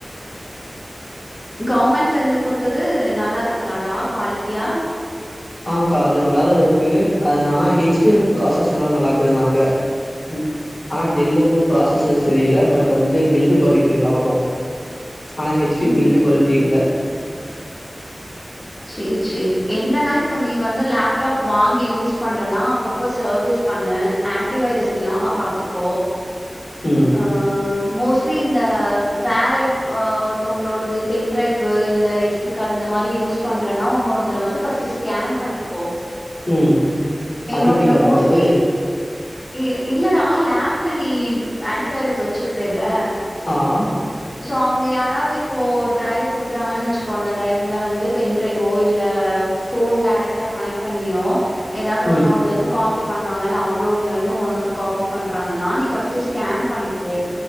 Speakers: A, on the left; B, on the left.
A: கவுர்மெண்ட்லருந்து குடுத்தது நல்லா இருக்குதாடா குவாலிட்டியா
B: ஆங்க்கா அது நல்லாதா இருக்கு ஆனா அது ஹெச்பி வந்து ப்ராசஸ்லா நல்லாருக்குன்னாங்க ம் ஆனா டெல்லு வந்து ப்ராசஸ்சு சரியில்ல பட் வந்து பில்டு குவாலிட்டி நல்லா வொர்க் ஆகு ஆனா ஹெச்பி
A: ம்.
B: பில்டு குவாலிட்டி இல்ல
A: சேரி சேரி என்னன்னா இப்ப நீ வந்து லேப்டாப் வாங்கி யூஸ் பண்றனா அப்பப்போ சர்வீஸ் பண்ணு ஆன்டி வைரஸ் இல்லாம பாத்துக்கோ
B: ம்
A: அ மோஸ்ட்லி இந்த வேற ஆ ஒருத்தவங்களோடது பென் டிரைவ்வு இல்ல எஸ் டி கார்டு இந்த மாரி யூஸ் பண்றேன்னா உன்னோடதுல வந்து ஃபர்ஸ்ட்டு ஸ்கேன் பண்ணிக்கோ
B: ம்
A: என்னோடதுல
B: அது எப்டிக்கா
A: மோஸ்ட்லி
B: பண்றது
A: இ இல்லடா லேப்ல நீ ஆன்டி வைரஸ் வச்சிருக்கறேல்ல
B: ஆ ஆ
A: சோ அவுங்க யாராவ்து இப்போ டிரைவ் குத்துறாங்கன்னு வச்சுக்கோ அந்த டிரைவ்ல வந்து பென் டிரைவ்வோ இல்ல ஃபோன் டேரக்ட்டா கனெக்ட் பண்ணியோ ஏதாவ்து
B: ம்
A: உன்னோட்லருந்து காப்பி பண்றாங்கல்ல இல்ல அவுங்களோடலருந்து உனக்கு காப்பி பண்றாங்கன்னா நீ ஃபஸ்ட் ஃபஸ்டு ஸ்கேன் பண்ணிக்கோ